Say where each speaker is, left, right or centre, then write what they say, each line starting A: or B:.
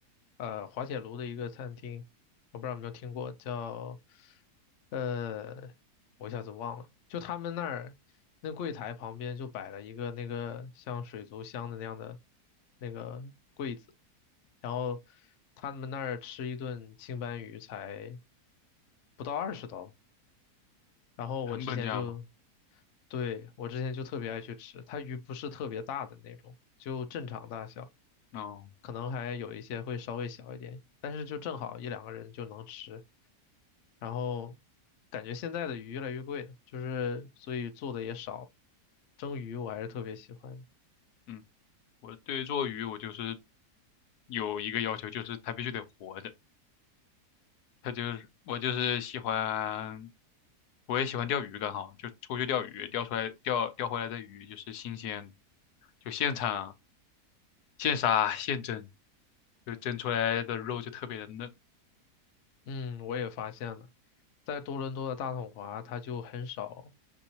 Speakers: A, on the left; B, on the left.
A: 呃滑铁卢的一个餐厅，我不知道有没有听过，叫呃，我一下子忘了，就他们那儿那柜台旁边就摆了一个那个像水族箱的那样的那个柜子，然后他们那儿吃一顿青斑鱼才不到二十刀，然后我之前就，
B: 成本价嘛。
A: 对，我之前就特别爱去吃，它鱼不是特别大的那种，就正常大小。
B: 哦，
A: 可能还有一些会稍微小一点，但是就正好一两个人就能吃。然后感觉现在的鱼越来越贵了，就是所以做的也少。蒸鱼我还是特别喜欢，
B: 嗯，我对于做鱼我就是有一个要求，就是它必须得活着。它就是我就是喜欢，我也喜欢钓鱼，刚好就出去钓鱼，钓出来钓钓回来的鱼就是新鲜的，就现场现杀现蒸，就蒸出来的肉就特别的嫩。
A: 嗯，我也发现了。在多伦多的大统华，它就很少